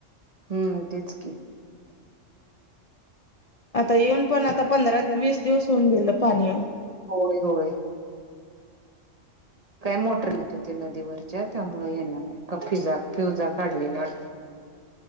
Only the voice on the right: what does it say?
हम्म तेच की
होय होय काय मोटर नेत होते नदीवरच्या त्यामुळे येणार नाही. कफीजा फिवजा काढलेले वाट